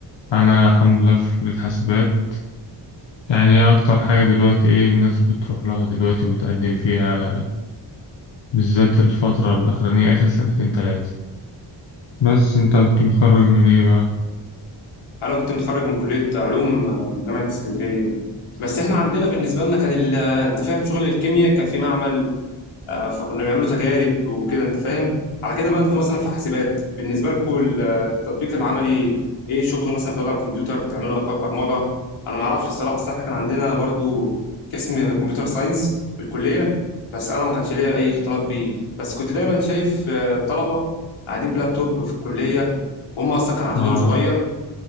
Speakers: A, on the left; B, on the left.
A: أنا الحمد لله في كلية حاسبات يعني أكتر حاجة دلوقتي إيه الناس بتروح لها دلوقتي وبتقدم فيها بالذات الفترة الأخرانية آخر سنتين تلاتة بس أنت كنت متخرج من إيه بقى؟
B: أنا كنت متخرج من كلية علوم آه، جامعة اسكندرية بس إحنا عندنا بالنسبة لنا كان ال- أنت فاهم شغل الكيمياء كان في معمل آه، فكنا بنعمله تجارب وكده انت فاهم على كده بقى انتوا مثلا في حاسبات بالنسبه لكم ال- التطبيق العملي ايه شغل مثلا بتقعدوا على الكمبيوتر بتعملوا اكواد برمجه انا ما اعرفش الصراحه اصل احنا كان عندنا برضو قسم كمبيوتر ساينس في الكليه بس انا ما كانش ليا اي اختلاط بيه بس كنت دايما شايف آه، الطلبه قاعدين بلابتوب في الكليه وهم اصلا كان عددهم
A: آه
B: صغير